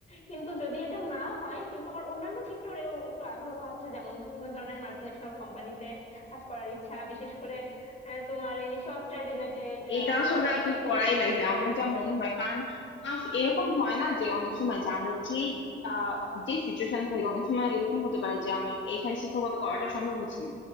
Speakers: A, on the left; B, on the left.
A: কিন্তু যদি এটা না হয় কিন্তু আমার অন্যান্য সেক্টরেও একটু আগ্রহ আছে যেমন বিভিন্ন ধরনের মাল্টিন্যাশনাল কোম্পানিতে কাজ করার ইচ্ছা বিশেষ করে আহ, তোমার এই সফটওয়্যার রিলেটেড
B: এটা আসলে
A: ওয়েবসাইট
B: আপু করাই
A: রিলেটেড
B: লাগবে আমার যা মনে হয় কারণ আস- এরকম হয় না যে অনেক সময় যে আমরা যে আহ, যে সিচুয়েশন থাকি অনেক সময় এরকম হতে পারে যে আমি এখানে শিক্ষকতা করাটা সম্ভব হচ্ছে না